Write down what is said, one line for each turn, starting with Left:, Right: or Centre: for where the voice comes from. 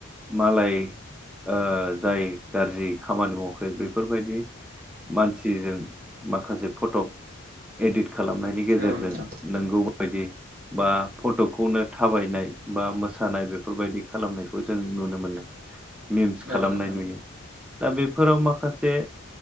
Centre: मालाय ओ जाय गाज्रि खामानि मावाखै बेफोरबायदि मानसिजों माखासे फटक एदिट खालामनायनि गेजेरजों
Right: औ नोंथां
Centre: नोंगौ बायदि बा फटकखौनो थाबायनाय बा मोसानाय बेफोरबायदि खालामनायखौ जों नुनो मोनो मिमस खालामनाय
Right: औ नोंथां औ
Centre: नुयो दा बेफोराव माखासे